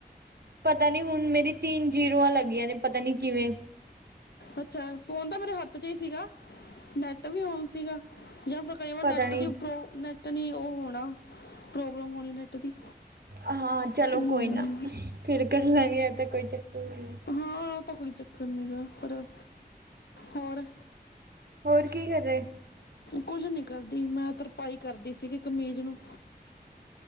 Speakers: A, on the right (about 70°); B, on the left (about 80°).
A: ਪਤਾ ਨੀ ਹੁਣ ਮੇਰੀ ਤੀਨ ਜੀਰੋਆਂ ਲੱਗੀਆਂ ਨੇ, ਪਤਾ ਨੀ ਕਿਵੇਂ।
B: ਅੱਛਾ, ਫੋਨ ਤਾਂ ਮੇਰੇ ਹੱਥ'ਚ ਹੀ ਸੀਗਾ, ਨੈਟ ਵੀ ਔਨ ਸੀਗਾ। ਜਾਂ ਫਿਰ ਕਈ ਵਾਰ
A: ਪਤਾ
B: ਨੈੱਟ
A: ਨੀ
B: ਦੀ ਪ੍ਰੋ ਨੈਟ ਨੀ ਉਹ ਹੋਣਾ, ਪ੍ਰੋਬਲਮ ਹੋਣੀ ਨੈਟ ਦੀ।
A: ਅ ਹਾਂ ਚਲੋ
B: ਹਮ,
A: ਕੋਈ ਨਾ, ਫਿਰ ਕਰਲਾਂਗੇ ਐ ਤਾਂ ਕੋਈ ਚੱਕਰ ਨੀ ਐ।
B: ਹਾਂ, ਉਹ ਤਾਂ ਕੋਈ ਚੱਕਰ ਨਹੀਂ ਗਾ, ਪਰ ਹੋਰ
A: ਹੋਰ ਕੀ ਕਰ ਰਹੇ?
B: ਕੁੱਝ ਨੀ ਕਰਦੀ, ਮੈਂ ਤਰਪਾਈ ਕਰਦੀ ਸੀਗੀ ਕਮੀਜ਼ ਨੂੰ।